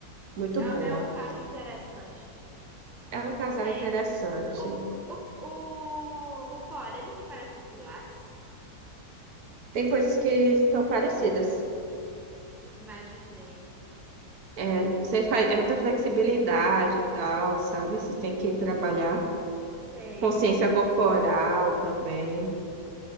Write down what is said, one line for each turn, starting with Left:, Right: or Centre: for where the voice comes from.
Right: muito
Centre: É,
Right: boa.
Centre: é um caso interessante.
Right: É um casal
Centre: Ei,
Right: interessante.
Centre: o, o, o, o Poli, ele se parece com o Pilates?
Right: Tem coisas que estão parecidas.
Centre: Imaginei.
Right: É, você faz, é muita flexibilidade e tal, sabe? Você tem que trabalhar
Centre: Sei.
Right: consciência corporal também,